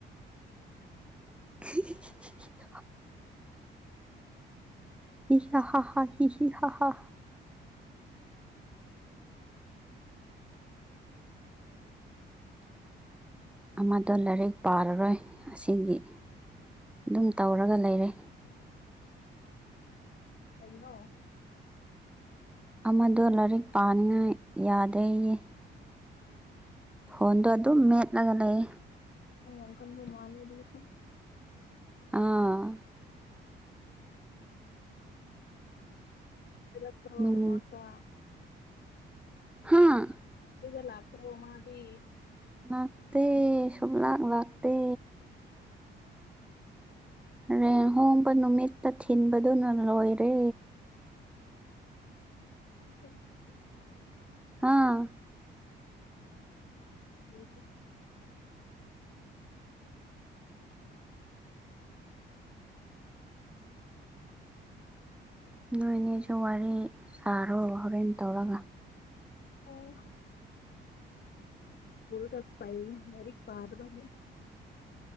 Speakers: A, in the centre; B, on the left (about 55°).
A: <inaudible> ꯍꯤ ꯍ ꯍ ꯍ ꯍꯤ ꯍ ꯍ ꯍꯥ ꯑꯃꯗ ꯂꯥꯏꯔꯤꯛ ꯄꯥꯔꯔꯣꯏ ꯑꯁꯤꯒꯤ ꯑꯗꯨꯝ ꯇꯧꯔꯒ ꯂꯩꯔꯦ
B: ꯎ ꯀꯩꯅꯣ
A: ꯑꯃꯗꯣ ꯂꯥꯏꯔꯤꯛ ꯄꯥꯅꯤꯡꯉꯥꯏ ꯌꯥꯗꯦꯌꯦ ꯐꯣꯟꯗꯣ ꯑꯗꯨꯝ ꯃꯦꯠꯂꯒ ꯂꯩ
B: ꯑ ꯌꯥꯝ ꯀ ꯃꯥꯅꯦꯗꯤꯁ
A: ꯑꯥ
B: ꯔꯠꯇ
A: ꯅꯨꯡ
B: ꯑꯣꯏ ꯃꯥꯠꯇ
A: ꯍꯥꯥ
B: ꯒꯂꯥꯛ ꯀ꯭ꯔꯣꯃꯗꯤ
A: ꯂꯅꯥꯥꯛꯇ ꯁꯕ ꯂꯥꯛ ꯂꯇ ꯔꯦꯟꯍꯣꯡꯕ ꯅꯨꯃꯤꯠꯇ ꯊꯤꯟꯕꯗꯨꯅ ꯂꯣꯏꯔꯦ
B: ꯁ
A: ꯍꯥꯥ
B: ꯗꯦ
A: ꯅꯣꯏꯅꯦꯁꯨ ꯋꯥꯔꯤ ꯁꯥꯔꯣ ꯍꯣꯔꯦꯟ ꯇꯧꯔꯒ
B: ꯑꯣ ꯍ ꯇ ꯐꯥꯏ ꯃꯔꯤ ꯄꯥꯗꯕꯅꯦ